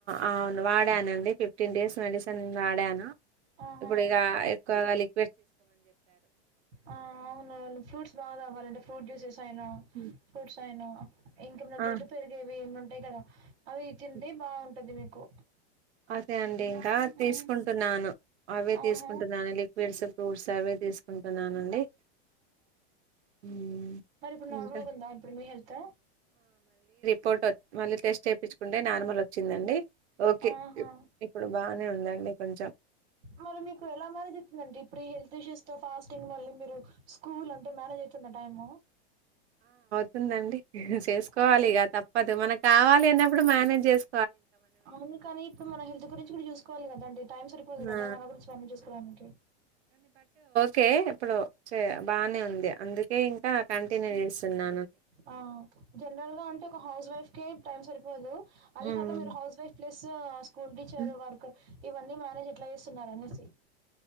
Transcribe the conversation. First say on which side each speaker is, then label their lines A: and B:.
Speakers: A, on the right; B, on the right.
A: అవును వాడానండి ఫిఫ్టీన్ డేస్ మెడిసిన్ వాడాను
B: ఆహా
A: ఇప్పుడు ఇగ ఎక్కువ కలి
B: ఆ అవునువును ఫ్రూట్స్ బాగా తగాలండి ఫ్రూట్ జ్యూసెస్ టయినో
A: హ్మ్.
B: ఫ్రూట్స్ అయినో ఇంకేమ
A: ఆ!
B: బ్లడ్ పెరిగేవి ఏమన్నా డేటాడో అవి తింటే
A: హ్మ్.
B: బాగుంటది మీకు
A: అదే అండి ఇంకా
B: హ్మ్
A: తీసుకుంటున్నాను అవే
B: ఆహా
A: తీసుకుంటున్నాను లిక్విడ్స్ ఫూట్స్ అవే తీసుకుంటున్నానండి హ్మ్.
B: మరిప్పుడు నార్మలాగుందా
A: ఇంకా
B: ఇప్పుడు మీ హెల్త్
A: ఫోటో మళ్ళీ టెస్ట్ చేపించుకుంటే నార్మల్ ఒచ్చిందండి ఓకే
B: ఆహా
A: ఇప్పుడు బాగనే ఉ ఉందండి కొంచం
B: మరి మీకు ఎలా మానేజితుందండి ఇప్పుడీ హెల్ షేస్త ఫాస్టింగ్ మళ్ళి మీరు స్కూల్ అంటే మానేజ్ ఐతుంద టైమ్
A: తుందండి చేస్కోవాలి
B: ఆహా
A: ఇగ తప్పదు మనకు కావాలి అన్నప్పుడు మానేజ్ చేస్
B: అవును కానీ ఇప్పుడు మన హెల్త్ గురించి గుడ్ చూస్కోవాలి కదా అండి టైమ్ సరిపోదు
A: ఆ!
B: గదా మన గురించి మనం చూస్కోడానికి
A: కే ఇప్పుడు చె బానే ఉంది అందుకే ఇంకా కంటిన్యూ చేసున్నా
B: ఆ జనరల్ గా ఉంటే ఒక హౌస్ వైఫ్ కీ టైం సరిపోదు అది
A: హ్మ్.
B: కాక మీరు House wife plus school teacher
A: హ్మ్.
B: వర్క్ ఇవన్నీ మేనేజ్ ఎట్లా చేస్తునర్ అనేసి